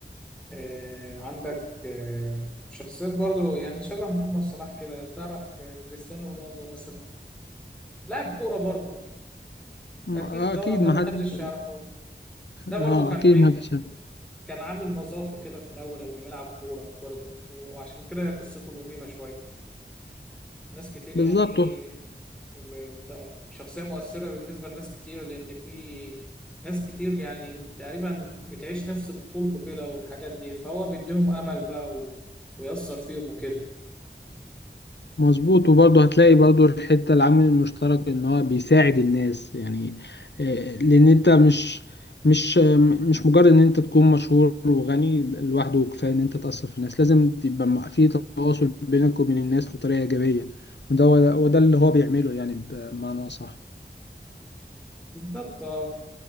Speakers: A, in the centre; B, on the left.
A: آه، عندك آه، شخصيات برضو يعني شبه محمد صلاح كده تعرف آه، كريستيانو رونالدو مثلا لاعب كورة برضو
B: ما-
A: أكيد طبعا
B: أكيد
A: ده
B: ما
A: محدش
B: حد
A: يعرفه ده برضو
B: اه
A: كان
B: اكيد
A: بي
B: محدش هيعمل.
A: كان عامل نظافة كده في الأول قبل ما يلعب كورة برضو وعشان كده قصته ملهمة شوية ناس كتير
B: بالظبط
A: يعني إيه ب- بتاع- شخصية مؤثرة بالنسبة لناس كتير لأن في ناس كتير يعني تقريبا بتعيش نفس طفولته كده والحاجات دي فهو بيديهم أمل بقى و... ويأثر فيهم وكده
B: مظبوط وبرضه هتلاقي برضه الحته العامل المشترك ان هو بيساعد الناس يعني آه، لان انت مش مش آه، مش مجرد ان انت تكون مشهور وغني لوحده كفايه ان انت تاثر في الناس لازم تبقى م- في تواصل بينك وبين الناس بطريقه ايجابيه وده هو- وده اللي هو بيعمله يعني بمعنى اصح
A: بالظبط اه